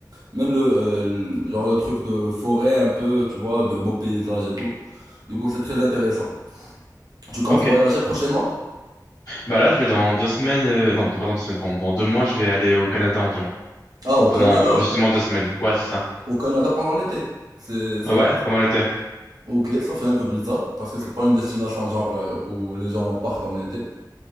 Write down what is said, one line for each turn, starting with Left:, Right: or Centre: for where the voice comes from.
Right: même le, euh, le- genre le truc de forêt un peu, tu vois, de beaux paysages et tout. Du coup, c'est très intéressant. Tu comptes
Left: ok.
Right: voyager prochainement?
Left: Bah là, je vais dans deux semaines, euh, non, pas dans deux semaines, pardon, dans deux mois, je vais aller au Canada environ.
Right: Ah, au
Left: Pendant
Right: Canada.
Left: justement deux semaines. Ouais, c'est ça.
Right: Au Canada pendant l'été. C'est, c'est...
Left: Euh, Ouais, pendant l'été.
Right: Ok, ça fait un peu bizarre parce que c'est pas une destination genre euh, où les gens partent en été.